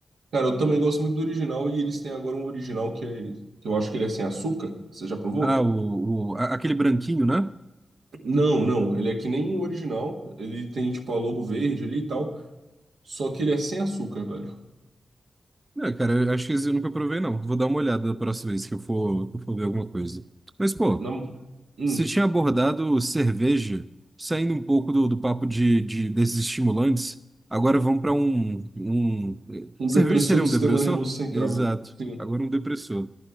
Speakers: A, on the right; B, on the right.
A: Cara, eu também gosto muito do original e eles têm agora um original que, é, que eu acho que ele é sem açúcar. Você já provou?
B: Ah, o, o- a- aquele branquinho, né?
A: Não, não, ele é que nem o original. Ele tem tipo a logo verde ali e tal, só que ele é sem açúcar, velho.
B: É, cara, eu acho que esse eu nunca provei, não. Vou dar uma olhada da próxima vez que eu for, que eu for ver alguma coisa. Mas, pô,
A: Na- hum,
B: você tinha abordado cerveja, saindo um pouco do, do papo de, de- desses estimulantes, agora vamos para um, um.
A: um
B: Cerveja
A: depressor
B: seria
A: do
B: um
A: sistema
B: depressor?
A: nervoso central.
B: Exato.
A: Sim.
B: Agora um depressor.